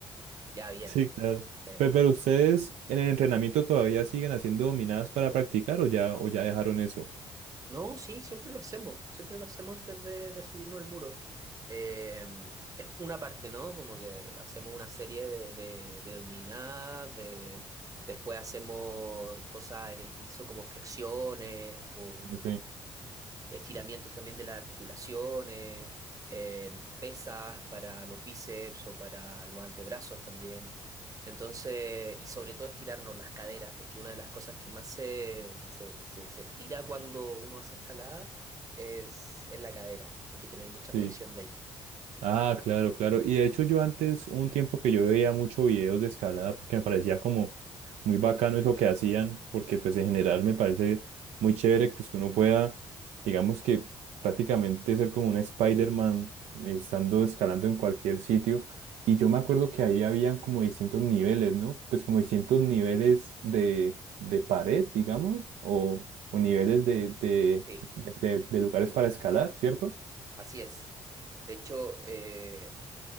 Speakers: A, on the right; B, on the right.
A: Ya, bien.
B: Sí, claro.
A: Sí.
B: Pe- Pero, ustedes en el entrenamiento todavía siguen haciendo dominadas para practicar o ya, o ya dejaron eso?
A: No, sí, siempre lo hacemos. Siempre lo hacemos antes de, de subirnos al muro. Eh, es una parte, ¿no? Como que hacemos una serie de, de, de dominadas, de, después hacemos cosas en el piso como flexiones o
B: Ok,
A: estiramientos también de las articulaciones, eh, pesas para los bíceps o para los antebrazos también. Entonces, y sobre todo estirarnos las caderas, porque una de las cosas que más se, se, se- se estira cuando uno hace escalada es, es la cadera. Hay que tener mucha
B: sí.
A: flexión de allí.
B: Ah, claro, claro. Y de hecho yo antes, hubo un tiempo que yo veía mucho videos de escalada porque me parecía como muy bacano eso que hacían, porque pues en general me parece muy chévere pues que uno pueda, digamos que prácticamente ser como un Spider-Man eh, estando escalando en cualquier sitio. Y yo me acuerdo que ahí habían como distintos niveles, ¿no? Pues como distintos niveles de, de pared, digamos, o, o niveles de, de
A: Sí,
B: de- de- de lugares para escalar, ¿cierto?
A: así es. De hecho, eh,